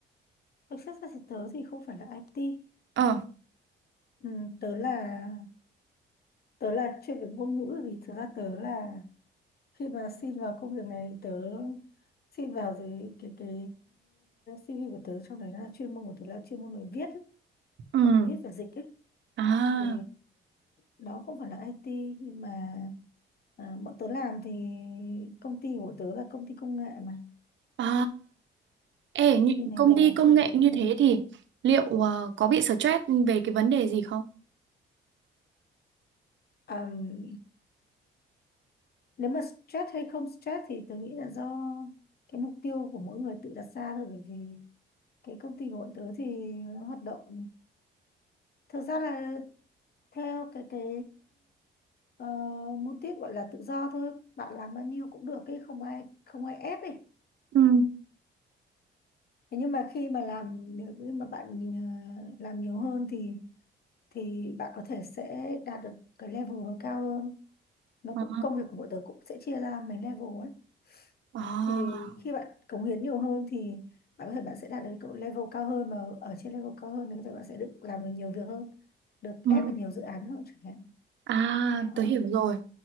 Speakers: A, on the left; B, on the right.
A: thực chất ra thì tớ thì không phải là IT
B: Ờ,
A: ừ, tớ là tớ là chuyên về ngôn ngữ vì thực ra tớ là khi mà xin vào công việc này thì tớ xin vào dưới cái cái CV của tớ trong đấy là chuyên môn của tớ là chuyên môn người viết ấy,
B: ừ.
A: viết và dịch ấy
B: À,
A: thì đó không phải là IT nhưng mà à, bọn tớ làm thì công ty của tớ là công ty công nghệ mà
B: à. Ê,
A: công
B: những
A: ty này
B: công ty
A: là
B: công
A: chuyên
B: nghệ
A: về công
B: như thế
A: nghệ
B: thì liệu ờ, có bị stress về cái vấn đề gì không?
A: Ờm, nếu mà stress hay không stress thì tôi nghĩ là do cái mục tiêu của mỗi người tự đặt ra thôi bởi vì cái công ty của bọn tớ thì nó hoạt động thực ra là theo cái cái ờ, ờ, mô típ gọi là tự do thôi bạn làm bao nhiêu cũng được ấy không ai không ai ép ấy
B: Ừ.
A: thế nhưng mà khi mà làm nếu như mà bạn nhìn, ờ, làm nhiều hơn thì thì bạn có thể sẽ đạt được cái level nó cao hơn nó
B: À,
A: cũng công việc của bọn tớ cũng sẽ chia ra mấy level ấy
B: à.
A: thì khi bạn cống hiến nhiều hơn thì bạn có thể bạn sẽ đạt được cái level cao hơn mà ở trên level cao hơn thì có thể bạn sẽ được làm được nhiều việc hơn được
B: Ừ.
A: ép vào nhiều dự án hơn chẳng hạn
B: À,
A: đó
B: tớ hiểu rồi.